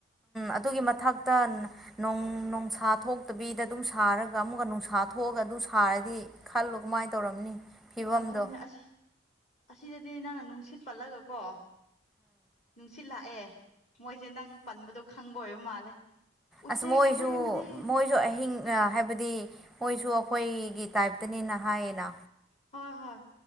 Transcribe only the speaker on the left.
ꯑꯗꯨꯅꯦ ꯑꯁꯤ ꯑꯁꯤꯗꯗꯤ ꯅꯍꯥꯟ ꯅꯨꯡ ꯅꯨꯡꯁꯤꯠ ꯄꯜꯂꯒꯀꯣ ꯅꯨꯡꯁꯤꯠ ꯂꯥꯛꯑꯦ ꯃꯣꯏꯁꯦ ꯅꯪ ꯄꯟꯕꯗꯣ ꯈꯪꯕ ꯑꯣꯏꯕ ꯃꯥꯜꯂꯦ ꯎꯆꯦꯛ
ꯑꯩꯈꯣꯏꯔꯣꯝꯗꯤ
ꯍꯣꯏ ꯍꯣꯏ